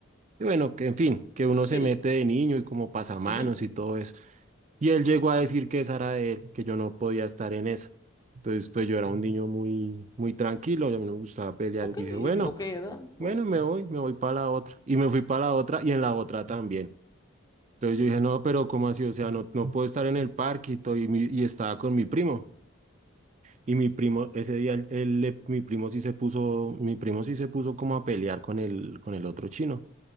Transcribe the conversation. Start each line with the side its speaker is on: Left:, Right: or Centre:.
Right: Y bueno, que en fin, que uno
Left: Sí,
Right: se mete de niño y como pasamanos
Left: ujú.
Right: y todo eso. Y él llegó a decir que esa era de él, que yo no podía estar en esa. Entonces, pues yo era un niño muy, muy tranquilo, y a mí no me gustaba pelear.
Left: Ok,
Right: Yo dije, bueno.
Left: ok, ¿verdad? Bueno.
Right: Bueno, me voy, me voy para la otra. Y me fui para la otra y en la otra también. Entonces yo dije, no, pero ¿cómo así? O sea, no, no puedo estar en el parque y, todo, y, mi- y estaba con mi primo. Y mi primo, ese día, él- él le- mi primo sí se puso, mi primo sí se puso como a pelear con el, con el otro chino.